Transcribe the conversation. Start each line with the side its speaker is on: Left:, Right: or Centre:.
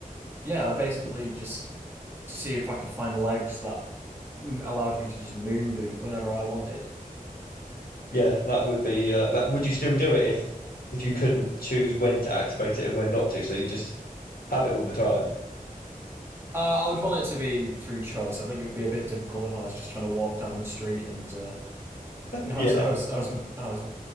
Right: Yeah, I'd basically just see if I could find legs that mm, allowed me to just moon boot whenever I wanted.
Left: Yeah, that would be uh, that. Would you still do it if if you couldn't choose when to activate it and when not to? So you just have it all the time. <laughs>
Right: Uh, I would want it to be through choice. I think it would be a bit difficult if I was just trying to walk down the street and uh, <laughs> I
Left: Yeah,
Right: was I was I was I was